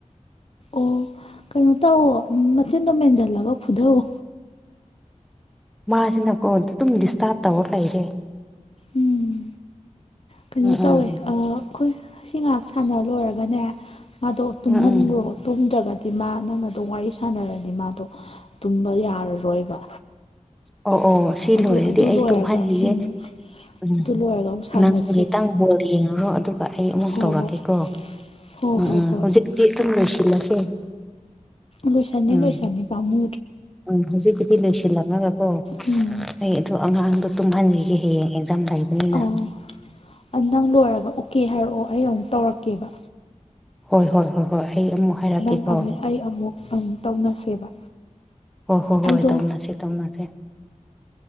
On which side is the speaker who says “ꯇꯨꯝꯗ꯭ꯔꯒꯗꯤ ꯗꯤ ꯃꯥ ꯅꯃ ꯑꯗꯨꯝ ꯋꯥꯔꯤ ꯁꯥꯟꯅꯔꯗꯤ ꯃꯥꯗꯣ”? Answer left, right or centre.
Left